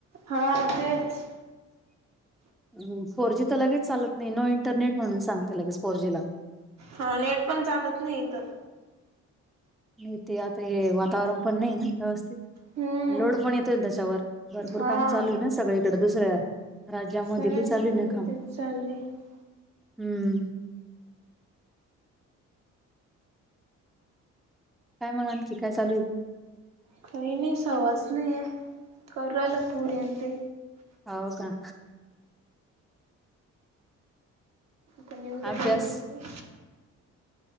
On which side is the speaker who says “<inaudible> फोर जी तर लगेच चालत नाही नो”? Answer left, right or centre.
Centre